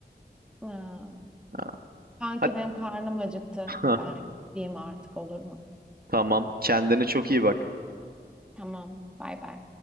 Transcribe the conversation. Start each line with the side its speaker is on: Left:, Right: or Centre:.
Centre: Ha,
Right: Ha.
Centre: sanki
Right: Hadi.
Centre: benim karnım acıktı.
Right: <laughs>
Centre: Ben diyeyim artık olur mu?
Right: Tamam. Kendine çok iyi bak.
Centre: Tamam. Bay bay.